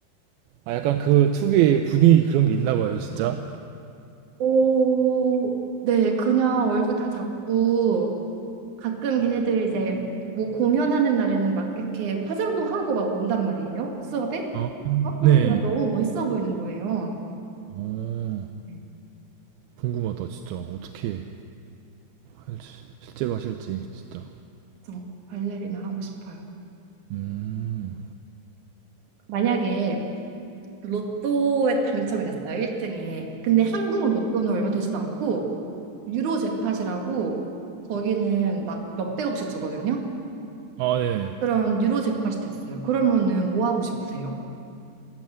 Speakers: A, on the right; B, on the right.
A: 아, 약간 그 특유의 분위기 그런 게 있나 봐요, 진짜.
B: 오, 네 그냥 얼굴 다 작고 가끔 걔네들 이제 뭐 공연하는 날에는 막 이렇게 화장도 하고 막 온단 말이에요. 수업에
A: 아,
B: 어, 그럼
A: 네.
B: 그냥 너무 멋있어 보이는 거예요.
A: 오,
B: 네,
A: 궁금하다, 진짜. 어떻게 할지, 실제로 하실지, 진짜.
B: 저 발레리나 하고 싶어요.
A: 음,
B: 만약에 로또에 당첨이 됐어요. 1등에. 근데 한국 로또는 얼마 되지도 않고 유로 잭팟이라고 거기는 막 몇백억씩 주거든요.
A: 아, 네네.
B: 그런 유로 잭팟이 됐어요. 그러면은 뭐 하고 싶으세요?